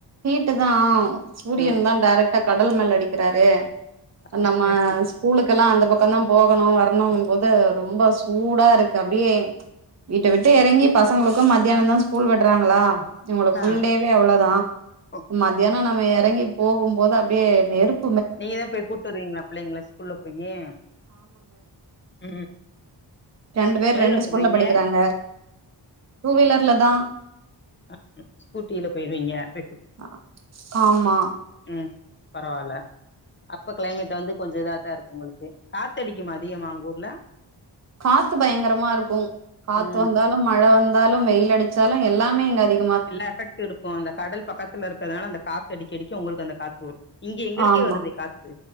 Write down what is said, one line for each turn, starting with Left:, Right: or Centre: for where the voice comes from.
Right: ஹீட்டு தா ஆவு சூரியன்
Left: ஆ
Right: தா டைரக்ட்டா கடல் மேல அடிக்கிறாரே.
Left: அப்படியா?
Right: அ நம்ம ஸ்கூலுக் கல்லா அந்த பக்கந்தா போகணு வர்ணுங்கும் போது ரொம்போ சூடா இருக்கு அப்டியே வீட்ட விட்டு எறங்கி பசங்களுக்கு மத்தியானந்தா ஸ்கூல் விட்றாங்களா இவு ஃபுல்
Left: ஆ
Right: டேவே அவ்ளதா
Left: ஓ,
Right: மத்தியானொ நம்ம எறங்கி போகும்போது அப்டியே நெருப்
Left: நீங்கதா போய் கூட்டுவருவிங்ளா பிள்ளைங்ள ஸ்கூல்ல போயி? ம்
Right: ரண்டு பேர்
Left: எதுல
Right: ரண்டு ஸ்கூல்ல
Left: போவீங்க
Right: படிக்கிறாங்க. டூ வீலர்ல தா.
Left: அ ஸ்கூட்டில போய்ருவீங்க. ரெ
Right: அ அ காம்மா.
Left: ம் பரவால. அப்ப கிளைமேட் வந்து கொஞ்சொ இதாதா இருக்கு உங்களுக்கு காத்தடிக்குமா அதிகமா ஒங்கூர்ல
Right: காத்து பயங்கரமா இருக்கும் காத்து
Left: ம்
Right: வந்தாலு மழ வந்தாலும் வெயில் அடிச்சாலு எல்லாமே இங்க அதிக
Left: எல்லா எஃபெக்ட் இருக்கு அந்த கடல் பக்கத்துல இருக்கறனால அந்த காத்து அடிக்க அடிக்க உங்களுக்கு அந்த காத்து வரு இங்க எங்களுக்கே
Right: ஆமா
Left: வருதே காத்து